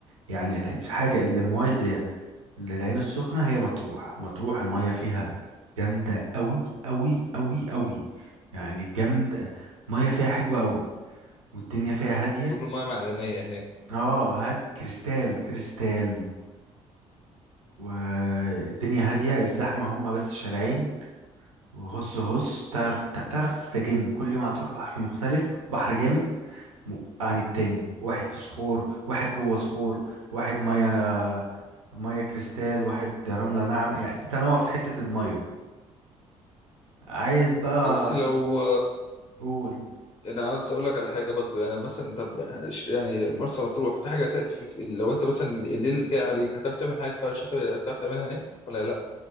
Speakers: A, on the right; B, on the left.
A: يعني الح- الحاجه اللي موازيه للعين السخنة هي مطروح مطروح المية فيها جامدة أوي أوي أوي أوي يعني جامدة مية فيها حلوة أوي والدنيا فيها هادية
B: والرمايه معدنيه هناك
A: اه هادي كريستال كريستال والدنيا هادية الزحمة هما بس شارعين وهص هص تعرف تعرف تستجم كل يوم هتروح بحر مختلف بحر جامد م- عن التاني واحد في صخور واحد جوه صخور واحد مية مية كريستال واحد رملة ناعمة يعني في تنوع في حتة المية عايز بقى
B: بس لو
A: تقول
B: انا عايز اقول لك على حاجه برضو يعني مثلا طب ش- يعني مرسى مطروح في حاجه تقف في في- لو انت مثلا الليل جاي عليك هتعرف تعمل حاجه في الشتاء هتعرف تعملها هناك ولا لا